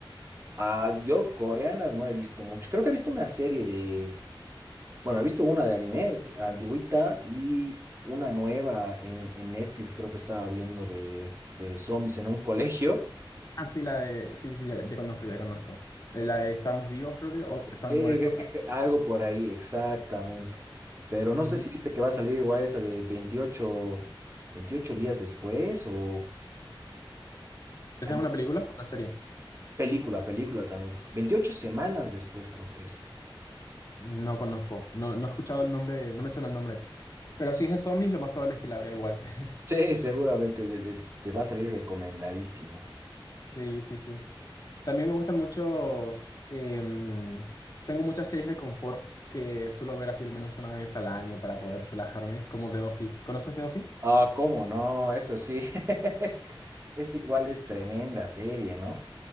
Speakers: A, on the right (about 30°); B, on the left (about 40°).
A: Ah, yo coreanas no he visto mucho. Creo que he visto una serie de, bueno, he visto una de anime antigüita y una nueva en, en Netflix, creo que estaba viendo de, de zombies en un colegio.
B: Ah, sí, la de... Sí, sí, ya, ya conozco, ya conozco. Eh, La de Estamos vivos, creo que, o Están
A: Sí,
B: muertos.
A: que- que-
B: Ah,
A: que algo por ahí, exactamente. Pero no
B: ujú.
A: sé si viste que va a salir igual esa de veintiocho veintiocho días después o
B: ¿Esa
A: hay
B: es
A: una
B: una película o una serie?
A: película, película también. veintiocho semanas después creo que es.
B: No conozco, no, no he escuchado el nombre, no me suena el nombre. Pero si es de zombies, lo más probable es que la vea igual. <laughs>
A: Sí, seguramente de- de- te va a salir recomendadísima.
B: Sí, sí, sí. También me gustan muchos. em, tengo muchas series de confort que suelo ver así al menos una vez al año para poder relajarme, como The Office. ¿Conoces The Office?
A: Ah, ¿cómo no? Eso sí. <laughs> Esa igual es tremenda serie, ¿no?